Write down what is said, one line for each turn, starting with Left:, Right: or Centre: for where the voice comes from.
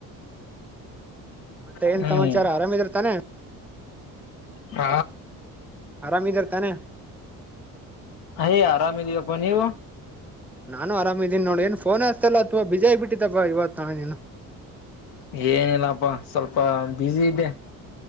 Centre: ಮತ್ತೆ ಏನ್
Left: ಹ್ಮ್
Centre: ಸಮಾಚಾರ ಆರಾಮಿದಿರ್ ತಾನೆ
Left: ಹ
Centre: ಆರಾಮ ಇದೀರಾ ತಾನೆ
Left: ಅಯ್ ಆರಾಮ ಇದೀವಪ್ಪ ನೀವು
Centre: ನಾನು ಆರಾಮ ಇದೀನಿ ನೋಡ್ ಏನ್ ಫೋನ್ ಏತಲ್ಲಪ್ಪ ಅಥವಾ ಬಿಸಿ ಆಗ್ಬ ಬಿಟ್ಟಿತಪ್ಪ ಇವತ್ತು ನಾನು
Left: ಏನಿಲ್ಲಪ್ಪಾ ಸ್ವಲ್ಪ ಬಿಸಿ ಇದ್ದೆ